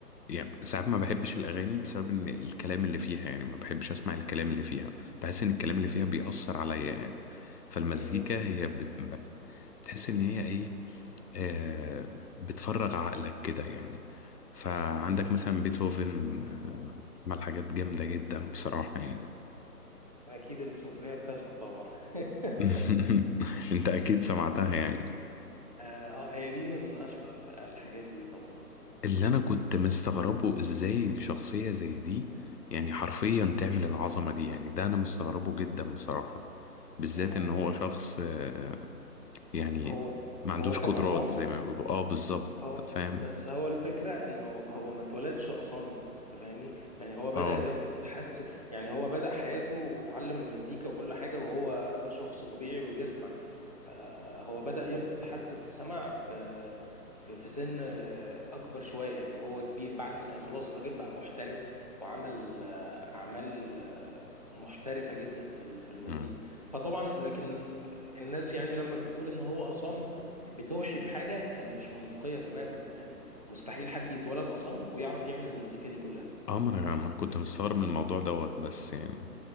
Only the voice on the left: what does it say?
يعني ساعات ما بحبش الأغاني بسبب إن الكلام اللي فيها يعني ما بحبش أسمع الكلام اللي فيها بحس إن الكلام اللي فيها بيأثر عليا يعني فالمزيكا
هي بت... ب- بتحس إن هي إيه آه بتفرغ عقلك كده يعني فعندك مثلا بيتهوفن آه عمل حاجات جامدة جدا بصراحة يعني
<laughs> أنت أكيد سمعتها يعني
اللي انا كنت مستغربه ازاي شخصية زي دي يعني حرفيا تعمل العظمة دي يعني ده انا مستغربه جدا بصراحة بالذات
ان هو شخص آه، يعني
ما عندوش
قدرات
زي ما بيقولوا اه بالظبط
فاهم
اه
مم.
اه ما انا ما انا كنت مستغرب من الموضوع دوت بس يعني